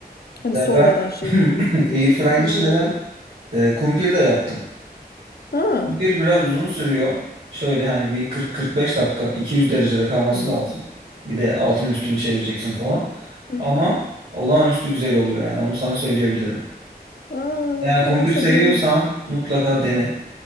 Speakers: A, on the left (about 70°); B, on the right (about 75°).
A: hani
B: Ya
A: soymadan
B: ben
A: şey
B: <clears throat>
A: yapıyorsun, yiyorsun.
B: Air
A: Etin
B: içinde
A: yanına
B: ben
A: falan.
B: e, kumpir de yaptım.
A: Ha.
B: Bir biraz uzun sürüyor. Şöyle hani bir 40-45 dakika 200 derecede kalması
A: Hmm.
B: lazım. Bir de altın üstünü çevireceksin falan.
A: Hı hı.
B: Ama olağanüstü güzel oluyor yani onu sana söyleyebilirim.
A: Aa,
B: Yani kumpir
A: olmazsa
B: seviyorsan
A: deneyeyim.
B: mutlaka dene.